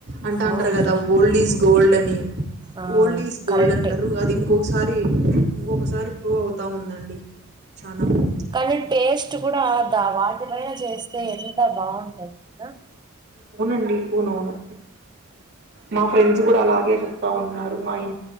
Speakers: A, on the right; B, on the right.
A: అంటా అంటారు
B: అవునండి
A: కదా ఓల్డ్ ఈజ్ గోల్డ్ అని
B: ఆ
A: ఓల్డ్ ఈజ్ గోల్డ్
B: కరెక్టే
A: అంటారు అది ఇంకొ సారి ఇంకొకసారి ప్రూవ్ అవుతా ఉందండి చాలా
B: కానీ టేస్ట్ కూడాదా వాటిపైైన చేస్త <unintelligible> అే ఎంత బాగుంటది <unintelligible>
A: అవునండి అవునువును మా ఫ్రెండ్స్ కూడా అలాగే చెప్తా ఉన్నారు మా ఇ